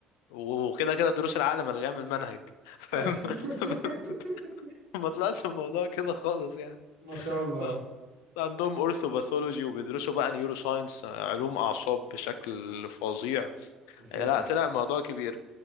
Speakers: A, on the left; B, on the right.
A: وكده كده دروس العقل ملغيه من المنهج فاهم
B: <laughs>
A: <laughs> ما طلعش الموضوع كده خالص يعني
B: ما شاء الله
A: لا عندهم اورثوباثولوجي وبيدرسوا بقى نيورو ساينس علوم اعصاب بشكل فظيع
B: مساتر
A: لا طلع الموضوع كبير